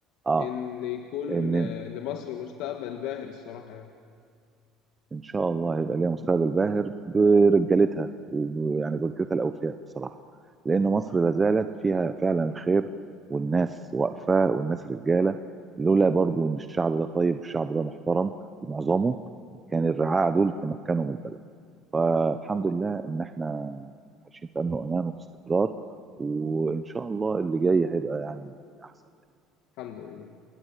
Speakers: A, on the right (about 20°); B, on the left (about 70°).
A: آه
B: ان يكون
A: إن
B: آه، لمصر مستقبل باهر الصراحه يعني
A: ان شاء الله هيبقى ليها مستقبل باهر برجالتها ويعني برجالتها الاوفياء بصراحه لان مصر لا زالت فيها فعلا الخير والناس واقفه والناس رجاله لولا برضو ان الشعب ده طيب والشعب ده محترم معظمه كان الرعاع دول تمكنوا من البلد فالحمد لله ان احنا عايشين في امن وامان وفي استقرار وان شاء الله اللي جاي هيبقى يعني احسن
B: الحمد لله